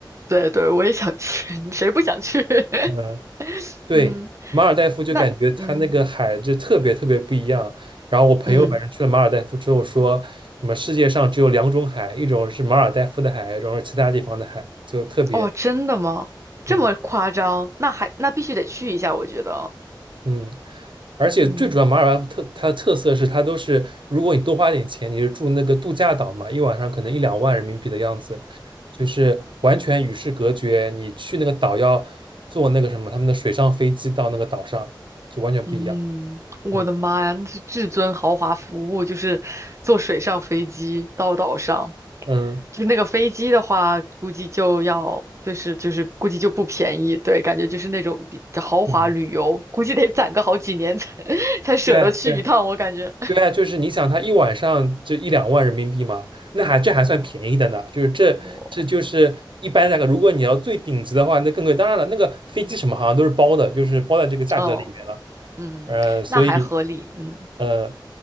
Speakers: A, on the right (about 35°); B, on the right (about 80°).
A: 对对，我也想去，<laughs> 谁不想去？<laughs>
B: 嗯。对，
A: 嗯，
B: 马尔代夫就感觉它那个海就特别特别不一样。
A: 那嗯
B: 然后我朋友反正去了马尔代夫之后说，
A: 嗯，
B: 什么世界上只有两种海，一种是马尔代夫的海，一种是其他地方的海，就特别
A: 哦，真的吗？这么夸张？
B: 嗯
A: 那还那必须得去一下，我觉得。
B: 嗯。而且最主要，
A: 嗯。
B: 马尔代夫特它的特色是它都是，如果你多花点钱，你是住那个度假岛嘛，一晚上可能一两万人民币的样子，就是完全与世隔绝。你去那个岛要坐那个什么他们的水上飞机到那个岛上，就完全不一样。
A: 嗯，我的妈呀，
B: 嗯
A: 那是至尊豪华服务，就是坐水上飞机到岛上，
B: 嗯。
A: 就是那个飞机的话，估计就要，就是就是估计就不便宜，对，感觉就是那种比豪华旅游，
B: 嗯
A: 估计得攒个好几年才 <laughs> 才舍得去一趟，
B: 对对
A: 我感觉，
B: 对啊，就是你想，他一晚上就一两万人民币嘛，那还这还算便宜的呢。
A: <laughs> 我
B: 就是这这就是一般那个，
A: 我，
B: 如果你要最顶级的话，那更贵。当然了，那个飞机什么好像都是包的，就是包在这个价格里面了。
A: 嗯嗯，
B: 呃，所以
A: 那还合理，嗯
B: 呃，